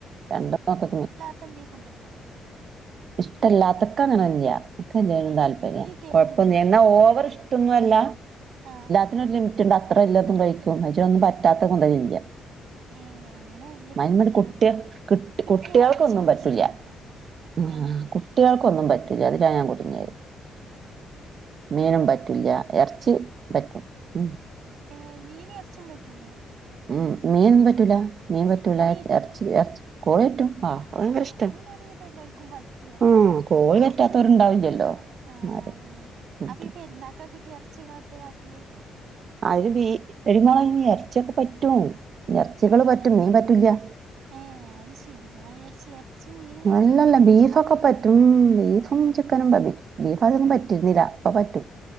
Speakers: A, on the right (about 55°); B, on the right (about 70°).
A: രണ്ടു മക്കൾക്കും
B: ത്തന്തേ ഫുഡ് ഉണ്ടോ?
A: ഇഷ്ടല്ലാത്തൊക്കെ അങ്ങനെ തന്നെയാ. ക്കയിലായിരുന്നു
B: ഏഹ്
A: താല്പര്യം.
B: എന്ത് കിട്ടിയാലും
A: കൊഴപ്പൊന്ന്
B: തിന്നോ
A: എന്നാ ഓവർ ഇഷ്ടൊന്നും അല്ല.
B: ആഹ്.
A: ത്തിനൊരു ലിമിറ്റ് ഉണ്ട്. അത്ര ലിമിറ്റ് ഉണ്ടോ അത്ര ഇല്ലാത്തതും കഴിക്കുംഉമ്മച്ചി വന്ന പറ്റാത്ത മുതലില്ല
B: ഏഹ് അങ്ങനെ വലിയൊരു
A: മയ്നുമേണ്ട്
B: കിട്ടലാണല്ലോ
A: കുട്ടിയൾ
B: എനിക്ക്
A: കുട്ടികൾക്കൊന്നും
B: എറച്ചിയൊന്നും
A: പറ്റൂല്ല.
B: ഇഷ്ടന്നല്ല
A: ആഹ്
B: ഏഹ്
A: ഹാ കുട്ടികൾക്ക് ഒന്നും പറ്റൂല്ല. അതിലാ ഞാൻ കുടുങ്ങിയത്. മീനും പറ്റൂല്ല. ഇറച്ചി പറ്റും. ഉം
B: ഏഹ് മീനും ഇറച്ചീം പറ്റൂലേ.
A: ഉം മീൻ പറ്റൂല. മീൻ പറ്റൂല.
B: കോഴി പറ്റുവോ
A: ഇറച്ചി ഇറച്ചി കോഴി പറ്റും. ആ ഭയങ്കര
B: ആഹ്
A: ഇഷ്ട
B: അത് പിന്നെ ഒരുവിധം എല്ലാവർക്കും പ റ്റു പറയാ.
A: ആഹ് കോഴി പറ്റാത്തവരുണ്ടാവില്ലല്ലോ
B: ആഹ്
A: എന്നാലും
B: അതന്നെ
A: ഫുഡ്
B: അപ്പൊ ഈ പെരുന്നാൾക്ക് കിട്ടിയ ഇറ ച്ചി ഇങ്ങള് എന്തേ കാട്ടിയേ?
A: അതിന് ബീ എടീ മോളേ അയ്ന് ഇറച്ചിയൊക്കെ പറ്റും. ഇറച്ചികള്
B: ഏഹ്
A: പറ്റും. മീൻ പറ്റൂല്ല.
B: ഏഹ്. അത് ശെരി ഞാൻ വിചാരിച്ച് എറച്ചിയും മീനും പറ്റൂലേക്കും
A: അല്ലല്ല ബീഫൊക്കെ പറ്റും. ബീഫും
B: ഏഹ്
A: ചിക്കനും പറ്റും ബീഫ് ആദ്യം ഒന്നും
B: ഏഹ്
A: പറ്റിയിരുന്നില്ല. ഇപ്പൊ പറ്റും.